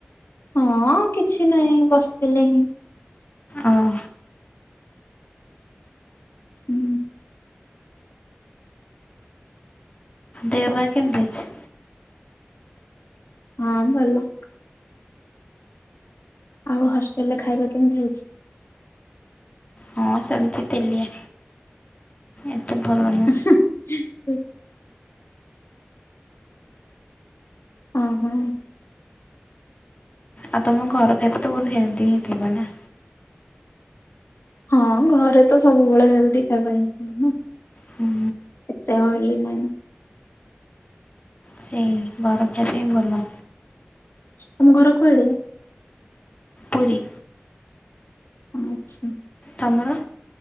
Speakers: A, on the left; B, on the left.
A: ହଁ କିଛି ନାହିଁ ବସିଥିଲି ହିଁ।
B: ଅହ
A: ହୁଁ।
B: ଦେହ ପା କେମିତି ଅଛି?
A: ହଁ ଭଲ। ଆଉ ହଷ୍ଟେଲ ରେ ଖାଇବା କେମିତି ହଉଛି?
B: ହଁ ସେମିତି ତେଲିଆ, ଏତେ ଭଲ ନୁହେଁ।
A: ହୁଁ। ହଁ ହଁ।
B: ଆଉ ତମ ଘର ଖାଇବା ତ ବହୁତ ହେଲ୍ଦି ହେଇଥିବ ନା?
A: ହଁ ଘରେ ତ ସବୁବେଳେ ହେଲ୍ଦି ଖାଇବା ହିଁ
B: ହୁଁ
A: ଏତେ ଅଏଲି ନାହିଁ।
B: ସେଇ ଘର ଖାଇବା ହିଁ ଭଲ।
A: ତମ ଘର କୁଆଡେ?
B: ପୁରୀ।
A: ଆଚ୍ଛା।
B: ତମର?